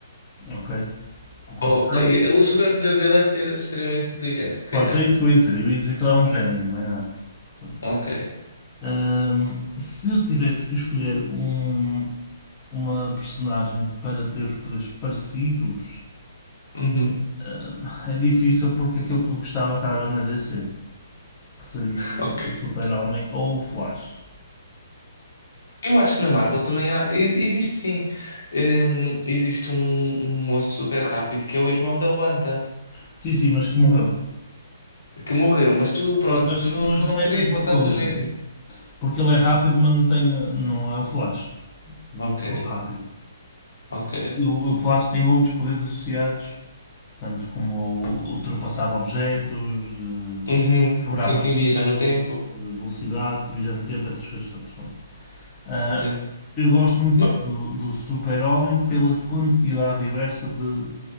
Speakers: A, on the left; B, on the left.
A: ok? Vou considerá-lo.
B: Ok, o superpoder dele é ser extremamente inteligente, se calhar.
A: Pronto, é isso que eu ia dizer. Eu ia dizer que ele é um gênio, mais nada. Pronto.
B: Ok.
A: Hum, se eu tivesse que escolher um, uma personagem para ter os poderes parecidos,
B: Uhum,
A: hum, <laughs> é difícil porque aquilo que eu gostava estava na DC. que seria o
B: ok.
A: Super-Homem, ou o Flash.
B: Eu acho que na Marvel também há. ex- Existe sim. Hum, existe um, um moço super rápido que é o irmão da Wanda,
A: Sim, sim, mas que morreu.
B: que morreu, mas tu, pronto,
A: Sim, mas,
B: tu não,
A: mas
B: não
A: não é
B: terias
A: a mesma
B: de passar
A: coisa.
B: pelo mesmo.
A: Porque ele é rápido, mas não, tem, não é o Flash. Não
B: Ok,
A: é tão rápido.
B: ok.
A: Uh, O, o Flash tem outros poderes associados, tanto como ultrapassar objetos, uh,
B: Uhum.
A: quebrar
B: Sim,
A: partículas,
B: sim, viajar no tempo.
A: uh, velocidade, divisão de tempo, essas coisas todas. Bom, uh,
B: Ok.
A: eu gosto muito
B: Ma-
A: do, do Super-Homem pela quantidade diversa de,